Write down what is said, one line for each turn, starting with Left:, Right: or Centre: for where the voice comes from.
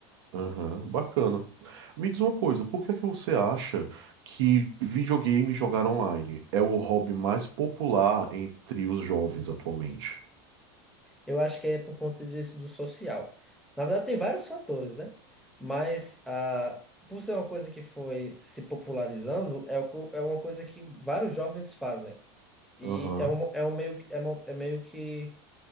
Right: Aham, bacana. Me diz uma coisa, por que é que você acha que videogame e jogar online é o hobby mais popular entre os jovens atualmente?
Centre: Eu acho que é por conta disso do social. Na verdade, tem vários fatores, né? Mas ah, por ser uma coisa que foi se popularizando, é, o co- é uma coisa que vários jovens fazem. E
Right: Aham,
Centre: é um, é um meio, que- é uma- é meio que